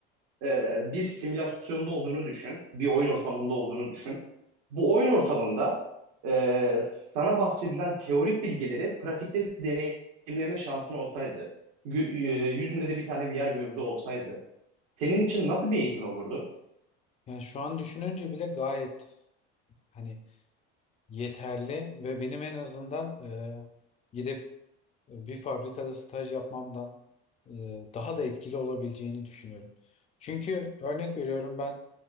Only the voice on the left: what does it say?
Yani şu an düşününce bile gayet Hani yeterli ve benim en azından e, gidip bir fabrikada staj yapmamdan e, daha da etkili olabileceğini düşünüyorum. Çünkü örnek veriyorum ben